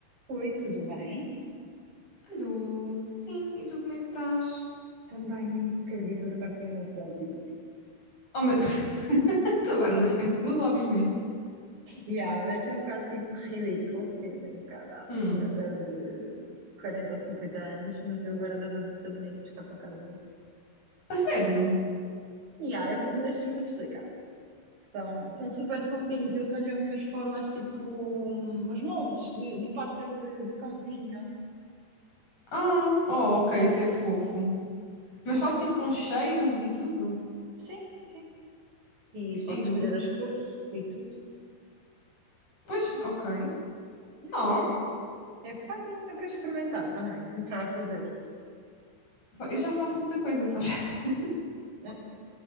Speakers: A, on the right; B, on the left.
A: Oi, tudo bem?
B: Alô, sim, e tu como é que estás?
A: Também nem acreditas agora tenho um novo hobby.
B: Oh, meu... <laughs> Tu agora andas sempre nos hobbies, mulher.
A: Yeah, mas é um bocado tipo ridículo, assim, um bocado à
B: Hum,
A: senhora de 40 ou 50 anos, mas eu agora ando a fazer sabonetes cá para casa.
B: a sério?
A: Yeah, eu vou, mas vou-te explicar. São, são super fofinhos. Eu arranjei umas formas tipo uns moldes de, de pata de, de cãozinho.
B: Ah, oh, ok, isso é fofo.
A: Yeah.
B: Mas faço tipo com cheiros e tudo?
A: Sim, sim. E
B: Que giro.
A: posso escolher as cores e tudo.
B: Pois, ok.
A: Yeah,
B: Oh,
A: é, é funny, não quero experimentar também. Começar a fazer.
B: eu já faço muita coisa, sabes? <laughs>
A: Ah,